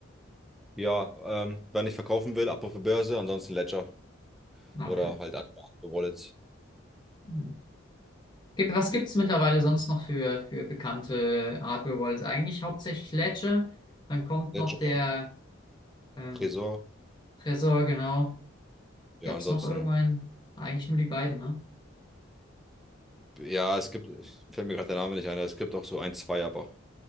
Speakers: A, in the centre; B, on the left.
A: Ja, ähm, wenn ich verkaufen will, ab auf die Börse, ansonsten Ledger
B: Okay.
A: oder halt andere Wallets.
B: Mhm. Gibt, was gibt es mittlerweile sonst noch für, für bekannte Hardware-Wallets? Eigentlich hauptsächlich Ledger. Dann kommt
A: Ledger,
B: noch der ähm,
A: Tresor.
B: Trezor, genau.
A: Ja,
B: Gab
A: ansonsten,
B: es noch irgendwann? Eigentlich nur die beiden, ne?
A: ja, es gibt, ich- fällt mir gerade der Name nicht ein, aber es gibt auch so ein, zwei, aber